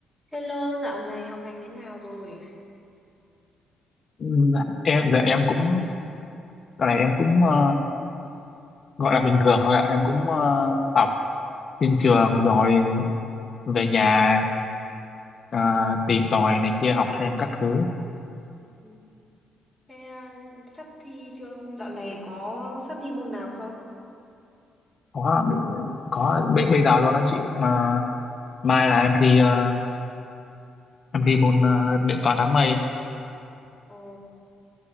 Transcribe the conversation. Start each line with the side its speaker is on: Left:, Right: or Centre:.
Centre: Hello, dạo này học hành thế nào rồi?
Left: Ừm, em dạ em cũng cái này em cũng ờ, gọi là bình thường thôi ạ em cũng ờ, học trên trường rồi về nhà ờ, tìm tòi này kia học thêm các thứ
Centre: Ừ. Thế à, sắp thi chưa? Dạo này có sắp thi môn nào không?
Left: có có bây, bây giờ luôn đó chị mà mai là em thi ờ, em thi môn ờ, điện toán đám mây
Centre: Ồ,